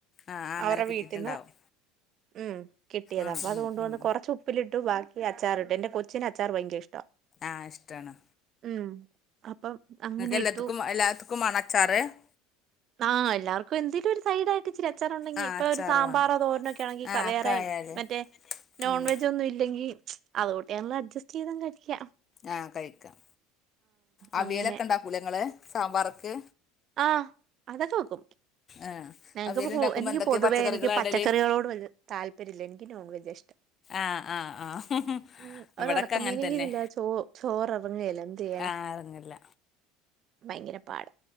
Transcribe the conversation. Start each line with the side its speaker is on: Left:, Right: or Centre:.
Left: ആ അങ്ങനെ
Right: അവരെ
Left: കിട്ടിയിട്ടുണ്ടാവും
Right: വീട്ടിന്ന് ഉം കിട്ടിയത
Left: ഉം
Right: അപ്പൊ അതുകൊണ്ടുവന്ന്
Left: ഉം ഉം
Right: കൊറച്ച് ഉപ്പ് ബാക്കി അച്ചാറിട്ട് എന്റെ കൊച്ചിന് അച്ചാർ ഭയങ്കര ഇഷ്ട
Left: ആ ഇഷ്ടാണ്
Right: ഉം അപ്പൊ അങ്ങനെയിട്ടു
Left: എല്ലാത്തിക്കും എല്ലാത്തിക്കും വേണം അച്ചാറ്
Right: ആ എല്ലാവർക്കും എന്തെലും ഒരു സൈഡ്‌ ആയിട്ട് ഇച്ചിരി അച്ചാറുണ്ടെങ്കിൽ
Left: ആഹ്
Right: ഇപ്പൊ
Left: അച്ചാറ്
Right: ഒരു സാമ്പാറോ
Left: വാങ്ങും
Right: തോരനൊക്കെ ആണെങ്കിൽ
Left: ആഹ്
Right: വേറെ
Left: കായാല്
Right: മറ്റേ നോൺവെജ്
Left: ഉം
Right: ഒന്നും ഇല്ലെങ്കി അതുകൂട്ടി അഡ്ജസ്റ്റ് ചെയ്ത് കഴിക്ക
Left: ആ കഴിക്കാം അവിയലൊക്കെണ്ടാക്കൂലേ
Right: അങ്ങനെ
Left: നിങ്ങള് സാമ്പാർക്ക്
Right: ആ അതൊക്കെ വെക്കും
Left: ആഹ്
Right: ഞങ്ങക്കിപ്പോ
Left: അവിയല് ഇണ്ടാക്കുമ്പോ
Right: എനിക്ക്
Left: എന്തൊക്കെ
Right: പൊതുവേ
Left: പച്ചക്കറികളാ
Right: എനിക്ക് പച്ചക്കറികളോട്
Left: ഇടല്
Right: താല്പര്യല്ല എനിക്ക് നോൺ വെജ് ഇഷ്ടം
Left: ആഹ് ആഹ് ആഹ്
Right: ഉം
Left: ഇവിടൊക്കെ
Right: ഒരു ഒണക്ക
Left: അങ്ങനെ
Right: മീനെങ്കിലും
Left: തന്നെ
Right: ഇല്ല ചോർ ഏറങ്ങേല എന്തെയ്യാനാ
Left: ആഹ് എറങ്ങില്ല
Right: ഭയങ്കര പാട